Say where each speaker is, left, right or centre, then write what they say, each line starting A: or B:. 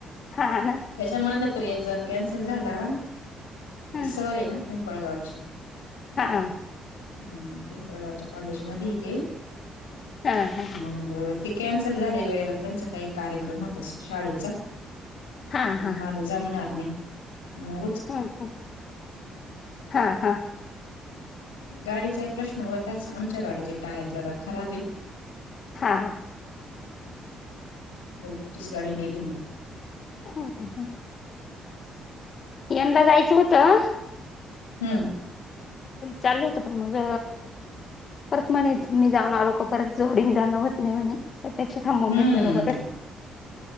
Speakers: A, on the left (about 45°); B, on the left (about 80°).
A: हा.
B: त्याच्या म्हणलं तो एक जण कॅन्सल झाला तेी
A: हा
B: सर आहे ना पिंपळगावची..
A: हा.
B: हम पिंपळगाच्या कॉलेज मध्ये येथ
A: हा हा.
B: ह ते कॅन्सल झाले वेळेवर त्यांचा काही कार्यक्रम होत शाळेचा.
A: हां, हां.
B: मला जमणार नाही म
A: हम्म हम् हा हा.
B: गाडीचाही प्रश्न होताच आमच्या गाडीचे टायर जरा खराब आहे.
A: हा.
B: बहिणीचीच गाडी नेली मी
A: हम् हम हम. यंदा जायचं होतं.
B: हम्म.
A: चालू होत पण मग परत म्हणे मी जाऊन आलोक परत जोडीन जाणं होत नाही म्हणे. त्यापेक्षा थांबवून
B: हम्म
A: घेतलेलं बर.